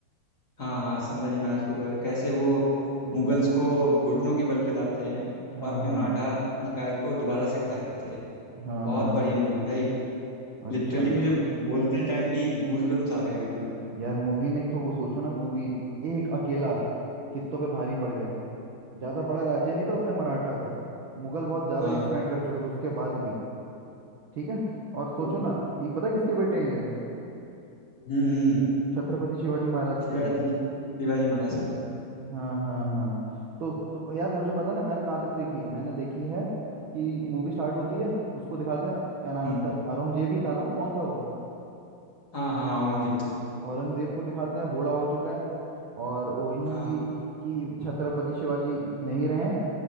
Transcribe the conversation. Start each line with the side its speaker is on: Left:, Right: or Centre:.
Left: हाँ हाँ संभाजी महाराज के ऊपर कैसे वो
Right: हम्म
Left: मुगल्स को घुटनों के बल पे लाते हैं
Right: हाँ
Left: और अपने
Right: हाँ
Left: मराठा एम्पायर को दोबारा से खड़ा करते हैं
Right: हाँ
Left: बहुत
Right: हाँ
Left: बढ़िया मूवी भाई
Right: अच्छा
Left: लिटरली मुझे बोलते टाइम भी गूजबम्स आ गए बिल्कुल
Right: यार मूवी ने एक तो वो सोचो ना मूवी एक अकेला कित्तों पे भारी पड़ गया ज्यादा बड़ा राज्य नहीं था उसने मराठा का मुगल बहुत ज्यादा
Left: हाँ
Right: एक्सपेंड कर चुके थे उसके बाद भी ठीक है और सोचो
Left: वो-
Right: ना ये पता है किसके बेटे हैं ये
Left: हम्म हम्म
Right: छत्रपति शिवाजी महाराज
Left: शिवाजी
Right: के
Left: शिवाजी महाराज के अपने
Right: हाँ हाँ हाँ तो तो यार मुझे पता ना मैंने कहाँ तक देखी है मैंने देखी है कि मूवी स्टार्ट होती है उसको दिखाते हैं क्या नाम
Left: हम्म
Right: है उसका औरंगजेब ही था ना वो कौन था वो
Left: हाँ हाँ औरंगजेब था
Right: औरंगजेब को दिखाते हैं बूढ़ा हो चुका है और वही
Left: हाँ
Right: कि कि छत्रपति शिवाजी नहीं रहे हैं